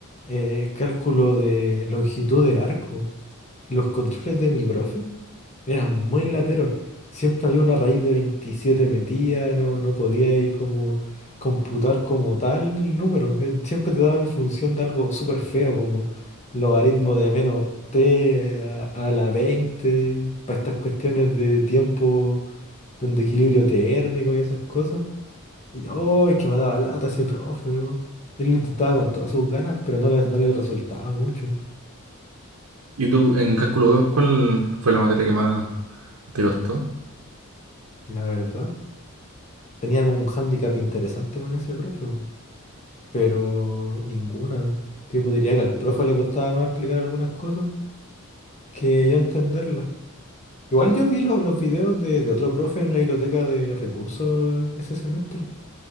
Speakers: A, on the left; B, on the right.
A: eh, cálculo de longitud de arco. Los controles de mi profe eran muy lateros. Siempre había una raíz de 27 metida, no, no podíais como computar como tal el número. eh, Siempre te daba en función de algo súper feo, como logaritmo de menos t a, a la 20 para estas cuestiones de tiempo, donde equilibrio térmico y esas cosas. Y oh, es que me daba lata ese profe. weón. Él lo intentaba con todas sus ganas, pero no le, no le resultaba mucho,
B: ¿Y tú en cálculo 2 cuál fue la materia que más te costó?
A: la verdad. Tenía como un hándicap interesante con ese profe, weón. pero ninguna. Tipo, diría que al profe le costaba más explicar algunas cosas que yo entenderlas. Igual yo vi los, los videos de, de otro profe en la biblioteca de recursos ese semestre.